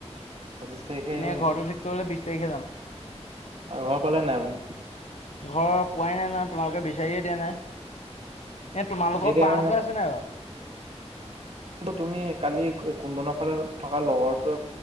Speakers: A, on the right; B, on the left.
A: পঁচিছ তাৰিখে
B: ইনে
A: আহিব নেকি
B: ঘৰটো ঠিক কৰিবলে বিছ তাৰিখে যাম।
A: আৰু ঘৰ পালে নাই আপুনি
B: ঘৰ পোৱাই নাই নহয়। তোমালোকে বিচাৰিয়ে দিয়া নাই। এ তোমালোকৰ
A: এতিয়া
B: বাঁটো
A: মানে
B: আছে নাই বাও?
A: তুমি কালি কুন্দন ফালে থকা লগৰটোৱে